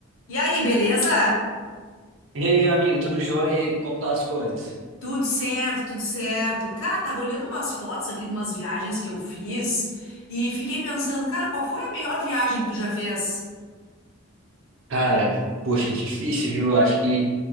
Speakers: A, on the left; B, on the right.
A: E aí, beleza?
B: E aí, amigo, tudo jóia? E aí, como estão as coisas?
A: Tudo certo, tudo certo. Cara, tava olhando umas fotos aqui de umas viagens que eu fiz e fiquei pensando, cara, qual foi a melhor viagem que tu já fez?
B: Cara, poxa, difícil, viu? Acho que